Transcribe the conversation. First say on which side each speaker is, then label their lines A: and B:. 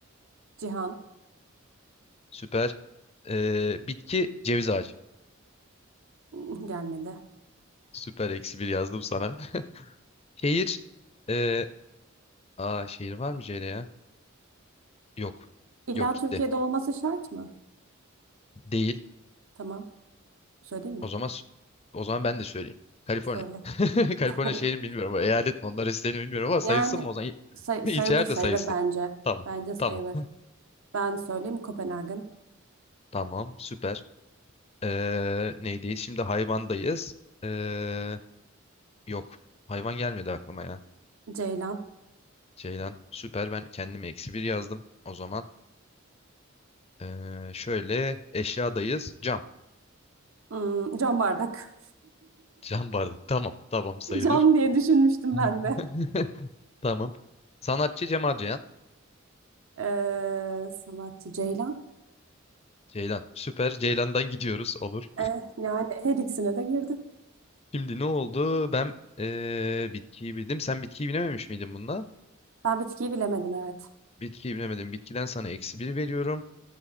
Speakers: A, on the right; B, on the left.
A: Cihan
B: Süper. Ee, bitki ceviz ağacı.
A: mm, gelmedi.
B: Süper eksi bir yazdım sana. <laughs> Şehir e, aa şehir var mı Ceyda ya? Yok.
A: İlla
B: Yok gitti.
A: Türkiye'de olması şart mı?
B: Değil.
A: Tamam. Söyleyeyim mi?
B: O zaman s- o zaman ben de söyleyeyim. Kaliforniya.
A: Söyle.
B: <laughs> Kaliforniya
A: <laughs>
B: şehri mi bilmiyorum ama eyalet mi onlar isteğini bilmiyorum ama sayılsın
A: Yani
B: mı o zaman? İl-
A: say-
B: <laughs>
A: sayılır
B: İlçeler
A: sayılır
B: de sayılsın.
A: bence.
B: Tamam.
A: Bence sayılır.
B: Tamam.
A: Ben söyleyeyim Kopenhag'ın.
B: Tamam. Süper. Ee, neydi? Şimdi hayvandayız. Ee, yok. Hayvan gelmedi aklıma ya.
A: Ceylan.
B: Ceylan. Süper. Ben kendime eksi bir yazdım. O zaman ee, şöyle eşyadayız. Cam.
A: Hmm, cam bardak.
B: Cam bardak. Tamam. Tamam
A: <laughs>
B: sayılır.
A: Cam diye düşünmüştüm
B: <laughs>
A: ben de.
B: Tamam. Sanatçı Cemal Ceylan.
A: Ee, sanatçı Ceylan.
B: Ceylan. Süper. Ceylan'dan gidiyoruz. Olur.
A: Ee, yani her ikisine de girdi.
B: Şimdi ne oldu? Ben eee, bitkiyi bildim. Sen bitkiyi bilememiş miydin bununla?
A: Ben bitkiyi bilemedim evet.
B: Bitkiyi bilemedim. Bitkiden sana eksi bir veriyorum.